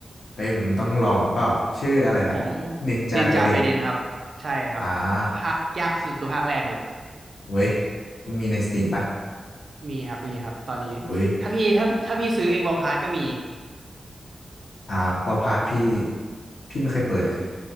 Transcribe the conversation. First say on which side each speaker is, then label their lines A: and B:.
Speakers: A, on the left; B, on the right.
A: เฮ้ยมันต้องลองเปล่าชื่ออะไรนะ
B: ผม
A: นินจาไกเดน
B: นินจาไกเดนครับใช่ครับ
A: อ่า
B: ภาคยากที่สุดคือภาคแรกเลย
A: เว้ยมีในสตรีมปะ
B: มีครับมีครับตอนนี้
A: อุ้ย
B: ถ้าพี่ถ้าถ้าพี่ซื้อเอกวอลพาร์ก็มี
A: อ่าว่าพาร์ทพี่พี่ไม่เคยเปิดเลยสิ